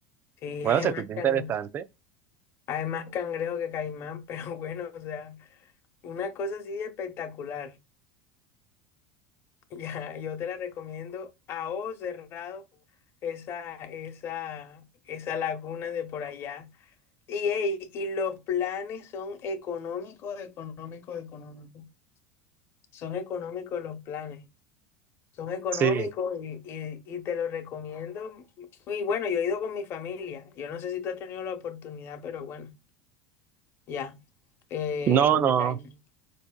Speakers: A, on the left; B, on the right.
A: Sí,
B: Bueno,
A: <laughs> hay
B: se
A: más
B: escucha interesante.
A: cangrejo, hay más cangrejo que caimán, pero bueno, o sea, una cosa así espectacular. <laughs> Ya, yo te la recomiendo a ojos cerrado esa, esa, esa laguna de por allá. Y, ey, y los planes son económicos, económicos, económicos. Son económicos los planes. Son económicos
B: Sí.
A: y, y, y te los recomiendo. Y bueno, yo he ido con mi familia. Yo no sé si tú has tenido la oportunidad, pero bueno, ya. Eh,
B: No,
A: de
B: no,
A: ir ahí.